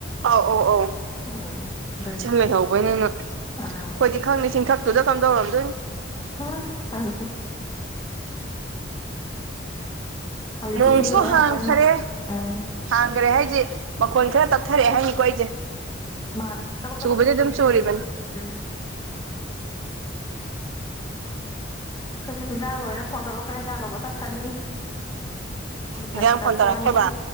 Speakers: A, on the right; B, on the left.
A: ꯑꯧ ꯑꯧ ꯑꯧ
B: ꯎꯝ ꯑꯗꯨ
A: ꯏꯁꯤꯡ ꯂꯩꯍꯧꯕꯩꯅꯦ ꯅꯣꯏ
B: ꯑꯥ
A: ꯑꯈꯣꯏꯗꯤ ꯈꯪꯗꯦ ꯆꯤꯡꯊꯛꯇꯨꯗ ꯀꯝꯗꯧꯔꯝꯗꯣꯏꯅꯣ
B: ꯍꯥ ꯍꯥꯏꯗꯤ ꯍꯧꯖꯤꯛꯇꯤ
A: ꯅꯣꯡꯁꯨ
B: ꯏꯁꯤꯡꯗꯣ ꯌꯥꯝ
A: ꯍꯥꯡꯈꯔꯦ
B: ꯀꯟꯅ ꯎꯝ
A: ꯍꯥꯡꯒꯔꯦ ꯍꯥꯏꯁꯦ ꯃꯈꯣꯟ ꯈꯔ ꯇꯞꯊꯔꯛꯑꯦ ꯍꯥꯏꯅꯤꯀꯣ ꯑꯩꯁꯦ
B: ꯃꯥꯅꯦ ꯆꯒꯨꯞ
A: ꯆꯨꯕꯗꯤ
B: ꯆꯒꯨꯞꯇꯤ
A: ꯑꯗꯨꯝ
B: ꯆꯨꯗꯤ
A: ꯆꯨꯔꯤꯕꯅꯤ
B: ꯆꯨꯔꯤꯕ ꯎꯝ ꯑꯈꯣꯏꯁꯨ ꯍꯤꯟꯖꯥꯡ ꯂꯣꯏꯔꯦ ꯐꯣꯟ ꯇꯧꯔꯛꯈ꯭ꯔꯦ ꯍꯤꯟꯖꯥꯡ ꯂꯧꯕ ꯆꯠꯈ꯭ꯔꯅꯤ ꯑꯗꯨꯒ
A: ꯏꯟꯖꯥꯡ
B: ꯆꯥꯛ
A: ꯐꯣꯟ
B: ꯆꯥꯊꯣꯛꯑꯅꯤ
A: ꯇꯧꯔꯛꯇ꯭ꯔꯕ